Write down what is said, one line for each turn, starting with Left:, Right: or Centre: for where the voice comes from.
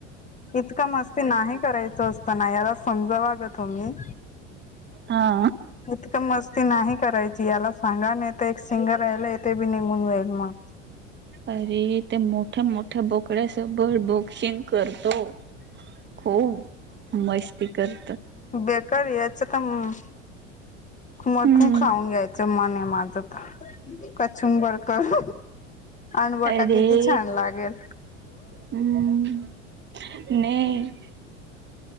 Left: इतक मस्ती नाही करायच असं. पण ना ह्याला समजवा गं तुम्ही.
Right: हा
Left: इतकं मस्ती नाही करायची याला सांगा नेत. ते एक सिंगल राहिल ते बी निघून जाईन. म्ह
Right: अरे! ते मोठ्या मोठ्या बोकड्यासबर बोक. शिंग करतो. खूप, मस्ती कर.
Left: बेकरी याच का मग, मटून
Right: हम्म
Left: खाऊन घ्यायचं मने. माझ. कचुंबर कर, आंबटा
Right: अरे
Left: किती छान लागेल?
Right: हम्म नाही